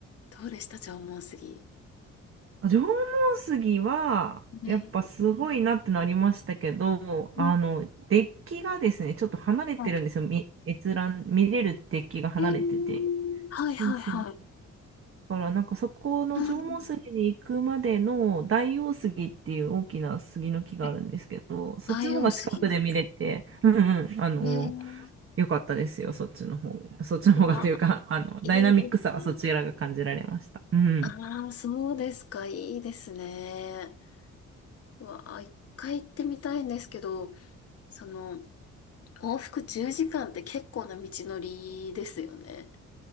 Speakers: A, on the left (about 50°); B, on the right (about 45°).
A: どうでした縄文杉。
B: あ縄文杉は、
A: はい。
B: やっぱすごいなってなりましたけど、
A: うん
B: あの、デッキがですね、ちょっと離れてるんですよ。
A: はい
B: み閲覧、見れるデッキが離れてて。
A: えーはいはいはい。
B: そうそう。だからなんかそこの縄文杉に行くまでの大王杉っていう大きな杉の木があるんですけど、
A: うんはい
B: そっちの方が近くで見れて、
A: 大王杉。
B: うんうん、あの、
A: えー、
B: 良かったですよ、そっちの方。そっちの方がというか、
A: うわ、
B: あの、
A: いいですね。
B: ダイナミックさはそちらが感じられました。うん。
A: ああ、そうですか、いいですね。うわ、一回行ってみたいんですけど、その、往復10時間って結構な道のりですよね。